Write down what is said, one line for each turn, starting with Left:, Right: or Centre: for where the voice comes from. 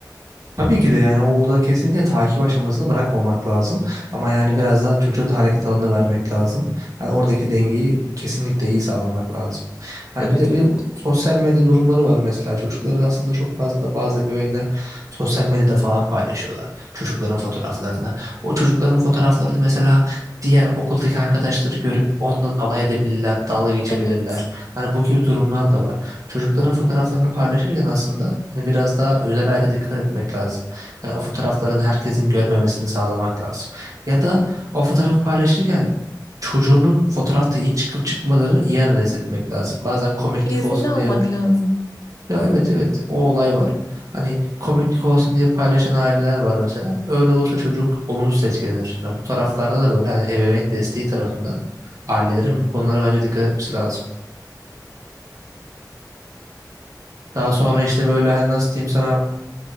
Right: Tabii ki de yani orada kesinlikle takip aşamasını bırakmamak lazım. Ama yani biraz daha çocuğa da hareket alanı vermek lazım. Yani oradaki dengeyi kesinlikle iyi sağlamak lazım. Hani
Left: Evet
Right: bir de bir
Left: evet.
Right: sosyal medya durumları var mesela. Çocukları aslında çok fazla bazı ebeveynler sosyal medyada falan paylaşıyorlar. Çocukların fotoğraflarını. O çocukların fotoğrafları da mesela diğer okuldaki arkadaşları görüp ondan alay edebilirler, dalga geçebilirler.
Left: Evet.
Right: Hani bu gibi durumlar da var çocukların fotoğraflarını paylaşırken aslında hani biraz daha özel hayata dikkat etmek lazım. Hani o fotoğrafların herkesin görmemesini sağlamak lazım. Ya da o fotoğrafı paylaşırken çocuğunun fotoğrafta iyi çıkıp çıkmadığını iyi analiz etmek lazım. Bazen komiklik
Left: İznini
Right: olsun
Left: almak
Right: diye
Left: lazım.
Right: ya evet evet o olay var. Hani komiklik olsun diye paylaşan aileler var mesela. Öyle olursa çocuk olumsuz etkilenir. Hani bu taraflarda da böyle hani ebeveyn desteği tarafında ailelerin bu konulara bence dikkat etmesi lazım. Daha sonra işte böyle hani nasıl diyeyim sana